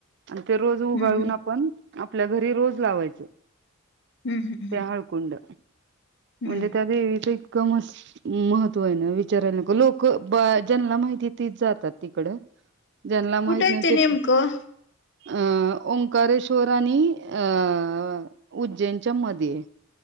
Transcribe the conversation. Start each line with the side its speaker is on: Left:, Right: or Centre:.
Right: आणि ते रोज
Left: हम्म
Right: उगाळून
Left: हम्म
Right: आपण आपल्या घरी रोज लावायचं.
Left: हम्म हम्म हम्म
Right: ते हळकुंड.
Left: हम्म
Right: म्हणजे त्या दे ते कमस महत्व आहे ना विचारायला नको लोक ब ज्यांला माहिती तीच जातात तिकड ज्यांना माहित
Left: कुठे आहे
Right: नाय ते
Left: नेमकं
Right: अ ओंकारेश्वर. आणि अ उज्जैनच्या मध्ये